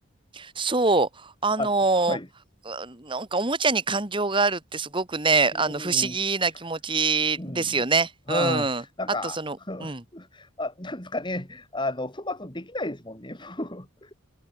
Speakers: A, on the right; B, on the left.
A: そう、あの、
B: あ、はい。
A: うんなんかおもちゃに感情があるってすごくね、
B: うーん、
A: あの、不思議な気持ちですよね。
B: うん。はい。
A: うん。
B: なんか、
A: あと、その、
B: <laughs>
A: うん。
B: あ、なんですかね。あの、粗末にできないですもんね。<laughs>